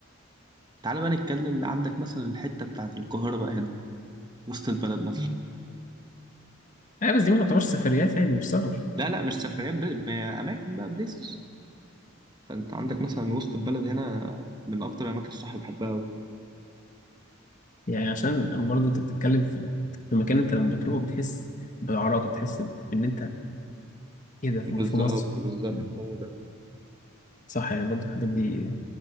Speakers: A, on the right; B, on the left.
A: تعالى بقى نتكلم عندك مثلا الحتة بتاعت القاهرة بقى هنا وسط البلد مثلا
B: يعني آه، بس دي ما تعتبرش سفريات يعني مش سفر
A: لا لا مش سفريات ب... بأماكن بقى بليسز فأنت عندك مثلا وسط البلد هنا من أكتر الأماكن الصح اللي بحبها أوي
B: يعني عشان برضه انت بتتكلم في في مكان انت لما بتروحه بتحس بعراقه بتحس بان انت ايه ده في
A: بالظبط
B: في مصر
A: بالظبط
B: مم.
A: هو ده
B: صح يعني برضه الحاجات دي